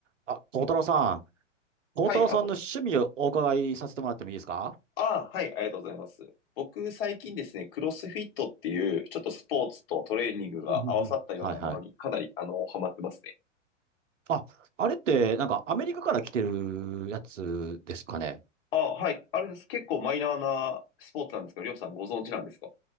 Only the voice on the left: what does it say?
はい、あ、こ、あ、はい、ありがとうございます。僕、最近ですね、クロスフィットっていう、ちょっとスポーツとトレーニングが合わさったようなものにかなり、
あの、ハマってますね。
あ、はい、あれです。結構マイナーなスポーツなんですけど、りょうさんご存知なんですか